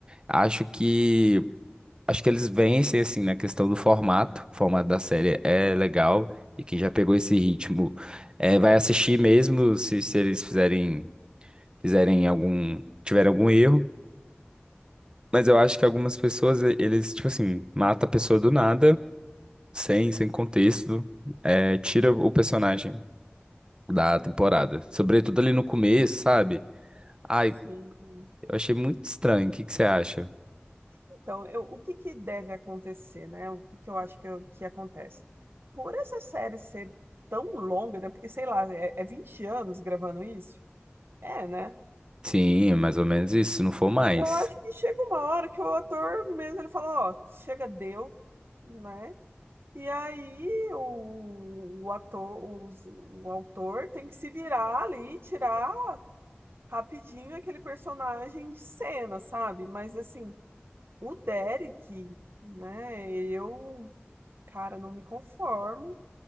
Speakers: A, on the right; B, on the right.
A: acho que acho que eles vencem assim na questão do formato. O formato da série é legal e quem já pegou esse ritmo eh, vai assistir mesmo se, se eles fizerem fizerem algum tiver algum erro. Mas eu acho que algumas pessoas, e- eles, tipo assim, mata a pessoa do nada, sem, sem contexto, é, tira o personagem da temporada. Sobretudo ali no começo, sabe? Ai,
B: Sim.
A: eu achei muito estranho. O que que você acha?
B: Então, eu, o que que deve acontecer, né? O que que eu acho que, eu- que acontece? Por essa série ser tão longa, né? Porque, sei lá, é, é 20 anos gravando isso? É, né?
A: Sim, mais ou menos isso, se não for mais.
B: Eu acho que chega uma hora que o ator mesmo, ele fala, ó, chega, deu, né? E aí o, o ator, os- o autor tem que se virar ali, tirar rapidinho aquele personagem de cena, sabe? Mas assim, o Derek, né? Eu, cara, não me conformo.